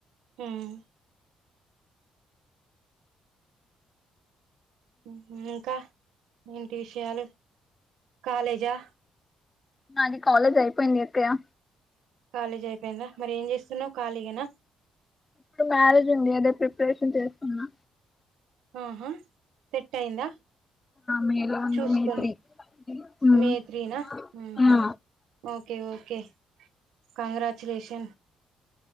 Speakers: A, on the right; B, on the left.
A: హ్మ్ హ్మ్ ఇంకా ఏంటి విషయాలు కాలేజా
B: నాది కాలేజ్ అయిపోయింది అక్కయ్యా
A: కాలేజీ అయిపోయిందా మరి ఏం చేస్తున్నావు ఖాళీగేనా
B: ఇప్పుడు మ్యారేజ్ ఉంది అదే ప్రిపరేషన్ చేస్తున్నా
A: ఆహా సెట్ అయిందా
B: మే లో ఉంది
A: చూసుకోం
B: మే త్రీ ఉమ్
A: మే త్రీనా ఉహు
B: ఆ
A: ఉహు ఓకే ఓకే కంగ్రాచులేషన్